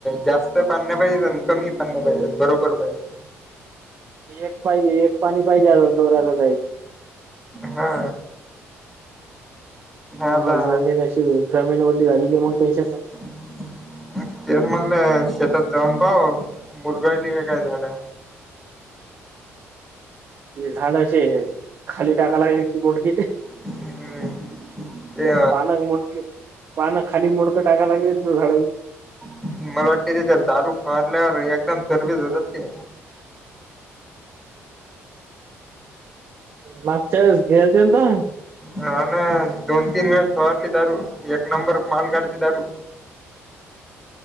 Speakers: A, in the centre; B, on the right (about 45°).
A: जास्त पाण्या पाहिजेत आणि कमी पाण्या पाहिजेत बरोबर पाहिजे.
B: एक पाहिजे एक पाणी पाहिजे आता जोराला जायच.
A: हा. आता
B: पन्हा जमीन अशी जमीन रली झाली की म्हणतात
A: <inaudible> तेच म्हटलं शेतात जाऊन पाव्ह मुरगळली का काय झाड
B: ते झाड अशे हे खाली टाकाय लागेल कि बोंडखीचे
A: <unintelligible> हम्म ते
B: पानाक मोटके - पानां खाली मोडंक टाकायला लागले झाड
A: <unintelligible> मला वाटते ते जर दारू फवारल्यावर एकदम तरबेज होतात ते
B: मागच्या वेळेस <unintelligible>
A: हा ना दोन तीन वेळेस फवारली दारू एक नंबर माल गाडती दारू